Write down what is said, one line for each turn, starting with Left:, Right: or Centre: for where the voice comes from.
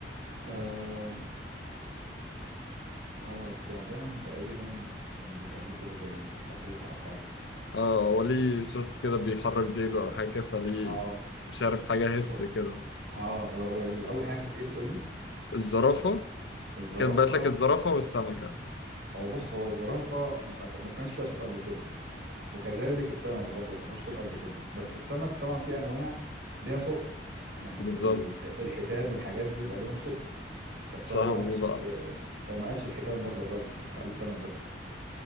Right: آه ما هو التعبان تقريبا كان بيبقى ليه كده زي فحيح أو حاجة.
Left: اه هو ليه صوت كده بيحرك ديله أو حاجة فليه
Right: اه
Left: مش عارف حاجة هس
Right: و...
Left: كده
Right: اه و- والاول حاجه كانت ايه بتقول لي
Left: الزرافة
Right: الزرافة
Left: كانت بقت لك الزرافة والسمكة
Right: هو بص هو الزرافة مش معت- ما سمعتش ليها صوت قبل كده وكذلك السمك برضه ما سمعتوش صوت قبل كده بس السمك طبعا في أنواع ليها صوت يعني
Left: بالظبط
Right: ال- الحيتان والحاجات دي بيبقى ليهم صوت بس
Left: صاحبي
Right: هو ما قالش
Left: بقى
Right: ال- هو ما قالش الحيتان برضه الراجل قال السمك بس